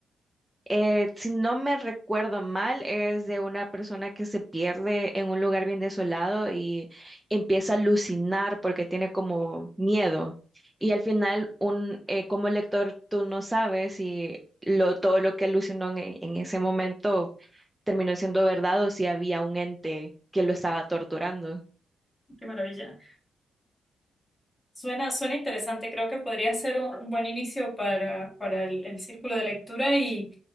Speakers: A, in the centre; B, on the left.
A: Eh, si no me recuerdo mal, es de una persona que se pierde en un lugar bien desolado y empieza a alucinar porque tiene como miedo. Y al final, un, eh, como lector, tú no sabes si lo, todo lo que alucinó en, e, en ese momento terminó siendo verdad o si había un ente que lo estaba torturando.
B: Qué maravilla. Suena, suena interesante, creo que podría ser un, un buen inicio para, para el, el círculo de lectura y,